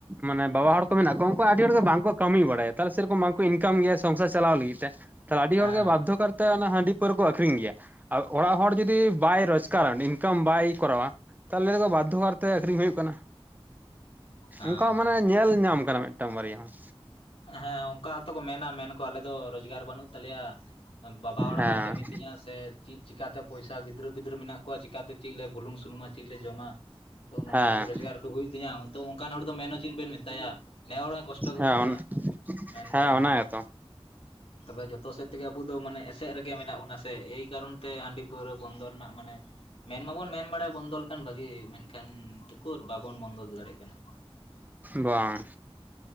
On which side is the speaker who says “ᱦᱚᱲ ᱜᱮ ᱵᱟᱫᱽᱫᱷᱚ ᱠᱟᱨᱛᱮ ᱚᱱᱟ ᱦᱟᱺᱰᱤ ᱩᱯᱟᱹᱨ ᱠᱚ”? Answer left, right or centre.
Right